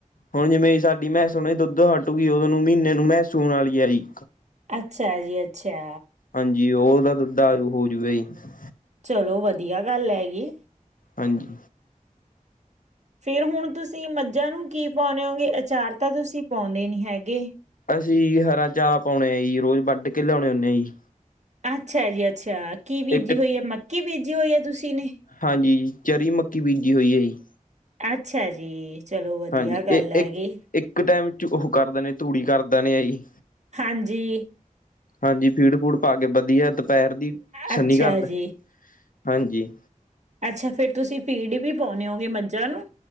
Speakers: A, on the left; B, on the right.
A: ਹੁਣ ਜਿਵੇਂ, ਸਾਡੀ ਮਹਿਸੋਣ ਦੁੱਧ ਹਟੂਗੀ, ਓਹਦੁਨੁੰ ਨੂੰ ਮਹੀਨੇ ਨੂੰ ਮ੍ਹੈਸ ਸੂਣ ਵਾਲੀ ਆਈ
B: ਅੱਛਾ ਜੀ-ਅੱਛਾ।
A: ਹਾਂਜੀ। ਉਹ ਤਾਂ, ਦੱਦਾ, ਆ ਹੋਜੂਵੇ ‌।
B: ਚਲੋ, ਵਧੀਆ ਗੱਲ ਹੈਗੀ।
A: ਹਾਂਜੀ।
B: ਫਿਰ, ਹੁਣ ''ਤੁਸੀਂ ਮੱਝਾਂ ਨੂੰ ਕੀ ਪਾਉਂਨੇ ਹੋਗੇ? ਅਚਾਰ ਤਾਂ, ਤੁਸੀਂ ਪਾਉਂਦੇ ਨੀ ਹੈਗੇ।
A: ਸੀ ਹਰਾ ਚਾਰਾ ਪਾਉਣੇ ਆ ਜੀ, ਰੋਜ਼ ਵੱਢ- ਕੇ ਲਿਆਉਣੇ ਹੇ ਜੀ।
B: ਅੱਛਾ ਜੀ-ਅੱਛਾ! ਕੀ ਬੀਜੀ
A: ਇੱਕ
B: ਹੋਈ ਹੈ? ਮੱਕੀ ਬੀਜੀ ਹੋਈ ਹੈ, ਤੁਸੀਂ ਨੇ?
A: ਹਾਂਜੀ ਚਰੀ ਮੱਕੀ ਬੀਜੀ ਹੋਈ ਹੈ, ਜੀ।
B: ਅੱਛਾ ਜੀ। ਚਲੋ ਵਧੀਆ
A: ਹਾਂਜੀ,
B: ਗੱਲ
A: ਇਹ-ਇੱਕ-ਇੱਕ,
B: ਹੈਗੀ
A: ਟਾਈਮ'ਚ ਉਹ ਕਰਦਾ ਨੇ, ਤੂੜੀ ਕਰਦਾ ਨੇ ਆ ਜੀ।
B: ਹਾਂਜੀ।
A: ਹਾਂਜੀ ਫੀਡ- ਫੂਡ ਪਾਕੇ ਵਧੀਆ ਦੁਪਹਿਰ ਦੀ ਸੰਨੀ
B: ਅੱਛਾ
A: ਘਰਦਾ।
B: ਜੀ
A: ਹਾਂਜੀ।
B: ਅੱਛਾ, ਫੇਰ, ਤੁਸੀਂ ਫੀੜ ਵੀ ਪਾਉਂਨੇ ਹੋਂਗੇ ਮੱਝਾਂ ਨੂੰ?